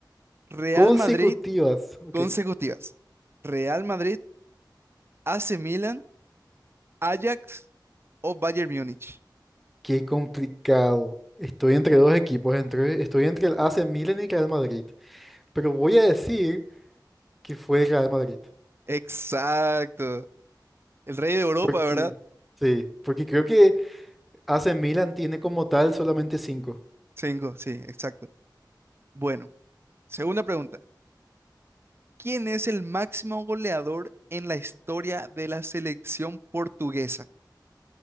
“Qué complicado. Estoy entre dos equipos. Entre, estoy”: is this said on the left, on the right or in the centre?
Centre